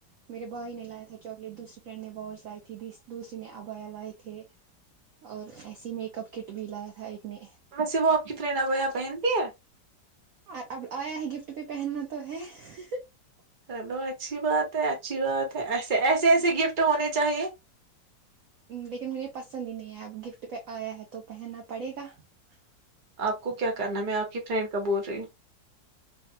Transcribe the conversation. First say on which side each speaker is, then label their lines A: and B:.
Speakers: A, on the right; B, on the right.
A: میرے بھائی نے لایا تھا چاکلیٹ دوسری فرینڈ نے واش لائی تھی دوسری نے ابایا لائے تھے اور ایسی میک اپ کٹ بھی لایا تھا ایک نے
B: ویسے وہ آپ کی فرینڈ ابیا پہنتی ہے
A: اور اب آیا ہے گفٹ پہ پہننا تو ہے <unintelligible>
B: چلو آ <unintelligible> اچھی بات ہے اچھی بات ہے ایسے ایسے ایسے گفٹ ہونے چاہیے <unintelligible>
A: لیکن مجھے پسند ہی نہیں اب گفٹ پہ آیا ہے تو پہننا پڑے گا <unintelligible>
B: آپ کو کیا کرنا میں آپ کی فرینڈ کا بول رہی ہوں